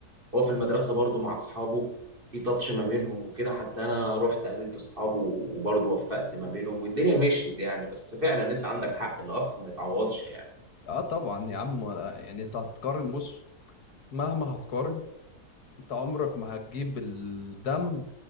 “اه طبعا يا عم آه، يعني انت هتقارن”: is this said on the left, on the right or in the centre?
Left